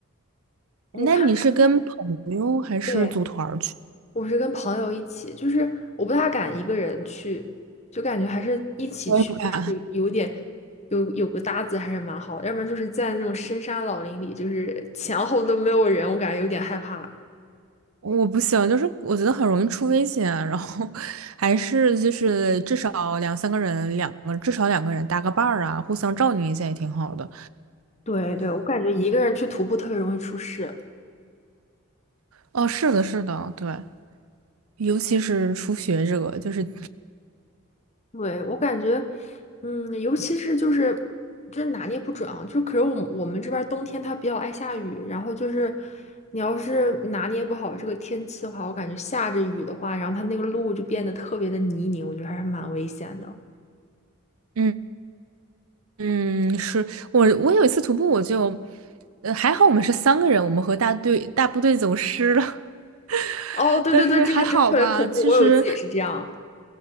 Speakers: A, on the left; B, on the right.
A: 我看他，
B: 那你是跟朋友还是组团儿去？
A: 对，我是跟朋友一起，就是我不大敢一个人去，就感觉还是一起去，
B: <laughs> 我也不敢，
A: 就是有点有有个搭子还是蛮好的要不然就是在那种深山老林里，就是前后都没有人，我感觉有点害怕。
B: 我不行，就是我觉得很容易出危险，然后 <laughs> 还是就是至少两三个人，两个至少两个人搭个伴儿啊，互相照应一下也挺好的。
A: 对对，我感觉一个人去徒步特别容易出事。
B: 哦，是的，是的，对，尤其是初学者，就是，
A: 对，我感觉，嗯，尤其是就是就是拿捏不准啊，就可是我们我们这边儿冬天它比较爱下雨，然后就是你要是拿捏不好这个天气的话，我感觉下着雨的话，然后它那个路就变得特别的泥泞，我觉得还是蛮危险的。
B: 嗯嗯，是我我有一次徒步我就，呃，还好我们是三个人，我们和大队大部队走失了，
A: 哦，
B: <laughs>
A: 对对对，
B: 但是还好吧，
A: 这个真特别恐怖，
B: 其实
A: 我有一次也是这样。